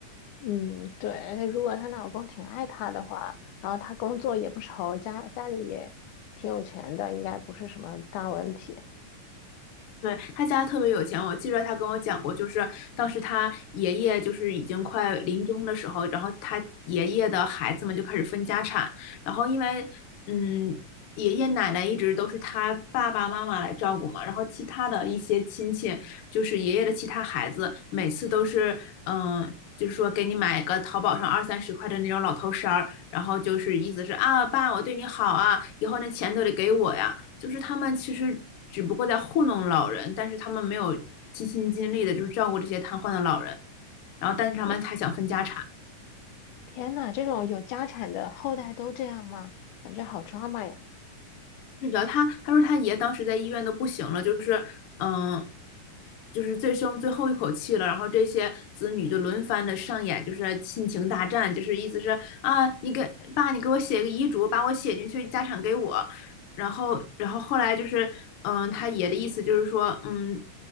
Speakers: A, on the left; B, on the left.
A: 嗯，对，而且如果她老公挺爱她的话，然后她工作也不愁，家家里也挺有钱的，应该不是什么大问题。
B: 对，他家特别有钱，我记得他跟我讲过，就是当时他爷爷就是已经快临终的时候，然后他爷爷的孩子们就开始分家产，然后因为嗯，爷爷奶奶一直都是他爸爸妈妈来照顾嘛，然后其他的一些亲戚，就是爷爷的其他孩子，每次都是嗯。就是说，给你买个淘宝上二三十块的那种老头衫儿，然后就是意思是啊，爸，我对你好啊，以后那钱都得给我呀。就是他们其实只不过在糊弄老人，但是他们没有尽心尽力的，就是照顾这些瘫痪的老人，然后但是他们还想分家产。
A: 嗯天呐，这种有家产的后代都这样吗？感觉好抓马呀！
B: 是的，他他说他爷当时在医院都不行了，就是嗯，就是最剩最后一口气了，然后这些子女就轮番的上演，就是亲情大战，就是意思是啊，你给爸，你给我写个遗嘱，把我写进去，家产给我。然后，然后后来就是嗯，他爷的意思就是说，嗯，